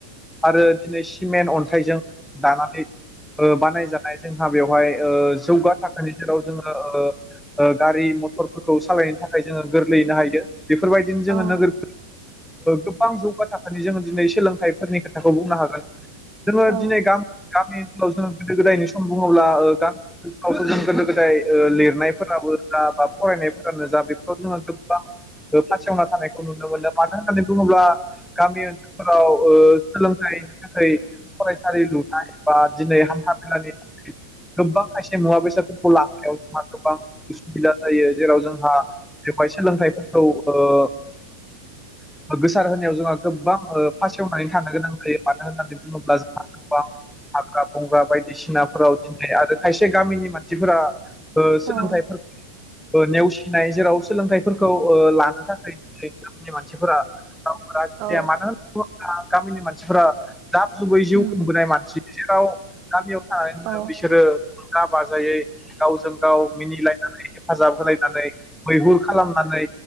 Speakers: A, in the centre; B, on the right.
A: आरो दिनै सिमेन्ट अन्थाइजों दानानै बानायजानाय जोंहा बेवहाय जौगा थाखोनि जेराव जोङो गारि मथरफोरखौ सालायनो थाखाय जोङो गोरलैयैनो हायदो बेफोरबायदिनो जोङो
B: औ
A: नोगोर गोबां जौगा थाखोनि जोङो दिनै सोलोंथाइफोरनि खोथाखौ बुंनो हागोन जोङो
B: औ
A: दिनै गामि गामि जो गोदो गोदायनि सम बुङोब्ला गामिफ्रावसो जों गोदो गोदाय ओ लिरनायफोराबो जा बा फरायनायफोरानो जा बेफोराव जोङो गोबां फासयना थानायखौ नुनो मोनो मानो होननानै बुङोब्ला गामि ओनसोलफोराव ओ सोलोंथाइनि थाखाय फरायसालि लुनाय बा दिनै हान्था मेलानि थाखाय गोबां खायसे मुवा बेसादफोरखौ लानायाव जोंहा गोबां उसुबिदा जायो जेराव जोंहा बेवहाय सोलोंथाइफोरखौ ओ गोसार होनायाव जोंहा गोबां ओ फासेवनानै थानो गोनां जायो मानो होननानै बुङोब्ला जोंहा गोबां हाग्रा बंग्रा बायदिसिनाफोराव दिनै आरो खायसे गामिनि मानसिफोरा ओ सोलोंथाइफोर
B: औ
A: नेवसिनाय जेराव सोलोंथाइफोरखौ ओ लानो थाखाय दिनै गामिनि मानसिफोरा <unintelligible>
B: औ
A: गामिनि मानसिफोरा दाब जुबै जिउ
B: उम
A: खुंबोनाय मानसि जेराव गामियाव आ
B: औ
A: बिसोरो रंजा बाजायै गावजों गाव मिनिलायनानै हेफाजाब होलायनानै मैहुर खालामनानै